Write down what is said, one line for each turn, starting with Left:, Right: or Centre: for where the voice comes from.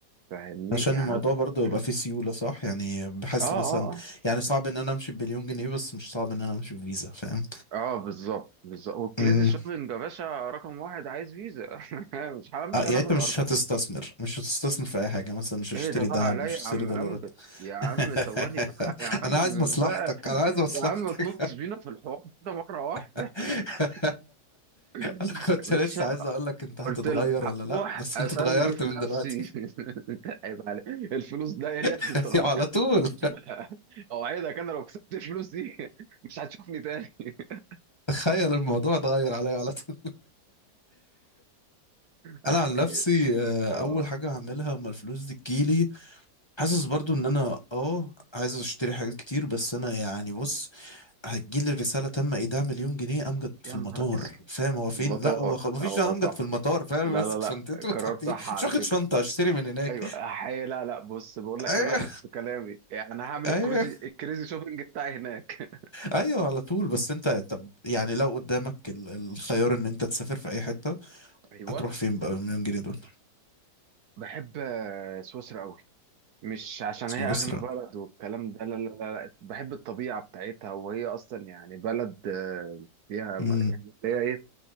Right: فاهمني
Left: عشان
Right: يعني
Left: الموضوع برضه يبقى
Right: أنا-
Left: فيه سيولة صح يعني بحس
Right: اه اه
Left: مثلا
Right: آه.
Left: يعني صعب ان انا امشي بمليون جنيه بس مش صعب ان انا امشي بفيزا فاهم
Right: اه بالظبط بالظبط والكريزي
Left: امم
Right: شوبينج يا باشا رقم واحد عايز فيزا <laughs> مش همشي
Left: اه يعني
Right: انا بالارقام
Left: انت مش هتستثمر مش هتستثمر في اي حاجة مثلا مش هتشتري
Right: ايه ده بقى
Left: ذهب
Right: عليا
Left: مش
Right: يا
Left: هتشتري
Right: عم
Left: دولارات
Right: امجد يا عم ثواني
Left: <laughs>
Right: بقى يا عم
Left: انا عايز مصلحتك
Right: بقى
Left: انا عايز مصلحتك
Right: يا عم ما تنطش بينا في الحوار كده مره واحده
Left: <laughs>
Right: <laughs> يا
Left: انا كنت
Right: باشا
Left: لسه عايز اقول لك انت هتتغير
Right: قلت لك
Left: ولا لا
Right: هروح
Left: بس
Right: اسنجف
Left: انت اتغيرت من
Right: نفسي
Left: دلوقتي
Right: <laughs> عيب عليك الفلوس ده إيه لازم
Left: <laughs>
Right: تغير
Left: على طول
Right: <laughs> اوعدك انا لو كسبت الفلوس دي مش هتشوفني تاني <laughs>
Left: تخيل الموضوع اتغير عليا على طول <laughs>
Right: اه
Left: انا عن نفسي آه،
Right: آه.
Left: اول حاجه هعملها اما الفلوس دي تجيلي حاسس برضو ان انا اه عايز اشتري حاجات كتير بس انا يعني بص هتجيلي الرساله تم ايداع مليون جنيه امجد في
Right: يا
Left: المطار
Right: نهار اسود
Left: فاهم هو فين
Right: المطار
Left: لا هو خ... مفيش
Right: هو
Left: أنا امجد
Right: صح
Left: في المطار فاهم
Right: لا
Left: <laughs> ماسك
Right: لا لا
Left: شنطته
Right: قرار
Left: تحت
Right: صح
Left: ايه
Right: على
Left: مش واخد
Right: فكرة
Left: شنطه اشتري من هناك
Right: ايوه
Left: <laughs>
Right: حي لا لا بص بقول لك
Left: ايوه
Right: انا رجعت في كلامي يعني انا هعمل
Left: ايوه
Right: الكريزي الكريزي شوبينج بتاعي هناك
Left: ايوه على طول بس انت طب يعني لو قدامك ال- الخيار ان انت تسافر في اي حته
Right: <laughs> ايوه
Left: هتروح فين بقى بالمليون جنيه دول
Right: بحب آه، سويسرا قوي مش عشان
Left: سويسرا
Right: هي اغنى بلد والكلام ده لا لا لا لا. بحب الطبيعه بتاعتها وهي اصلا يعني بلد آه، فيها
Left: امم
Right: يعني فيها ايه